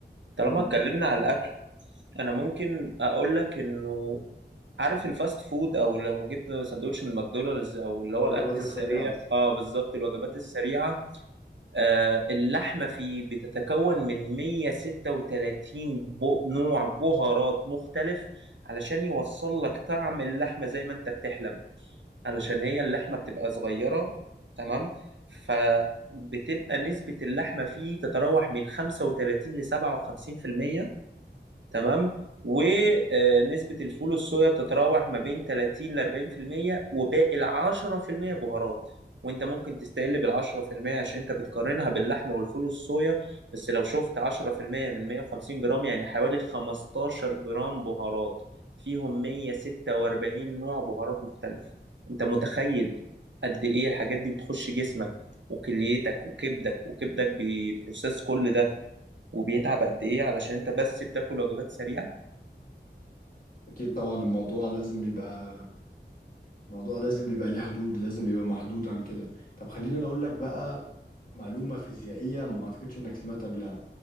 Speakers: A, on the right (about 80°); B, on the left (about 50°).
A: طالما
B: مم.
A: اتكلمنا على الاكل انا ممكن اقول لك انه عارف الفاست فود او لو جبت سندوتش من ماكدونالدز او اللي هو
B: الوجبات
A: الاكل السريع
B: السريعة
A: اه بالظبط الوجبات
B: مم.
A: السريعه آه اللحمه فيه بتتكون من 136 بو نوع بهارات مختلف علشان يوصل لك طعم اللحمه زي ما انت بتحلم علشان هي اللحمه بتبقى صغيره تمام فبتبقى نسبه اللحمه فيه تتراوح من 35 ل 57% تمام ونسبة الفول الصويا بتتراوح ما بين 30 ل 40% وباقي ال 10% بهارات وانت ممكن تستقل بال 10% عشان انت بتقارنها باللحمة والفول الصويا بس لو شفت 10% من 150 جرام يعني حوالي 15 جرام بهارات فيهم 146 نوع بهارات مختلفة انت متخيل قد ايه الحاجات دي بتخش جسمك وكليتك وكبدك وكبدك بيبروسيس كل ده وبيتعب قد ايه علشان انت بس بتاكل وجبات سريعة
B: أكيد طبعا الموضوع لازم يبقى الموضوع لازم يبقى ليه حدود لازم يبقى محدود عن كده طب خليني أنا أقول لك بقى معلومة فيزيائية ما أعتقدش إنك سمعت قبلها